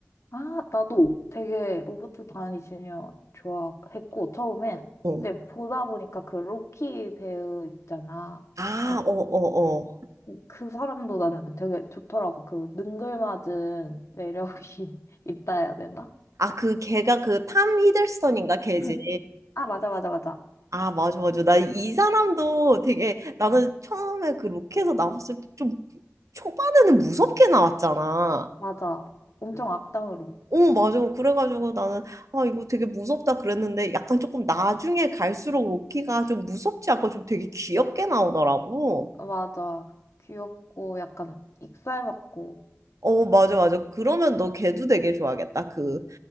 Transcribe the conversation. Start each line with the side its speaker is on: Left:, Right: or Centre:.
Left: 아, 나도 되게 로버트 다니 주니어 좋아했고 처음엔.
Right: 어.
Left: 근데 보다 보니까 그 로키 배우 있잖아.
Right: 아,
Left: 알아?
Right: 어, 어, 어.
Left: 어, 그 사람도 나는 되게 좋더라고. 그 능글맞은 매력이 <laughs> 있다 해야 되나?
Right: 아, 그 걔가 그 탐 히들스턴인가
Left: <clears throat>
Right: 걔지.
Left: 아, 맞아, 맞아, 맞아.
Right: 아, 맞아, 맞아. 나 이 사람도 되게 나는
Left: 응.
Right: 처음에 그 로켓에서 나왔을 때 좀 초반에는 무섭게 나왔잖아.
Left: 맞아. 엄청 악당으로.
Right: 어, 맞아. 그래가지고 나는, 아, 이거 되게 무섭다 그랬는데, 약간 조금 나중에 갈수록 로키가 좀 무섭지 않고 좀 되게 귀엽게 나오더라고.
Left: 맞아. 귀엽고 약간 익살맞고.
Right: 어, 맞아, 맞아. 그러면 너 걔도 되게 좋아하겠다. 그,